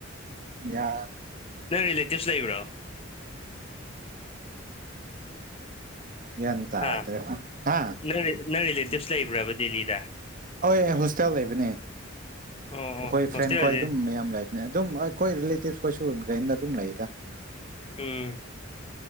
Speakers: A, on the right; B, on the left.
A: ꯌꯥ
B: ꯅꯣꯏ ꯂꯩ ꯇꯁ ꯂꯩꯕ꯭ꯔ
A: ꯌꯦꯠꯇ
B: ꯍꯥ
A: ꯑꯗꯦ ꯍꯥ
B: ꯅꯪ ꯅꯪ ꯔꯤꯂꯦꯇꯤꯞꯁ ꯂꯩꯕ꯭ꯔꯕ ꯗꯦꯜꯂꯤꯗ
A: ꯍ ꯑꯩ ꯍꯣꯁꯇꯦꯜ ꯂꯩꯕꯅꯦ ꯑꯩꯈꯣꯏ
B: ꯑꯣ ꯑꯣ ꯍꯣꯁꯇꯦꯜꯁꯦ
A: ꯐ꯭ꯔꯦꯟ ꯈꯣꯏ ꯑꯗꯨꯝ ꯃꯌꯥꯝ ꯂꯩꯕꯅꯦ ꯑꯗꯨꯝ ꯑꯩꯈꯣꯏ ꯔꯤꯂꯦꯇꯤꯚ ꯈꯣꯏꯁꯨ ꯀ ꯅ ꯑꯗꯨꯝ ꯂꯩꯌꯦꯗ
B: ꯎꯝ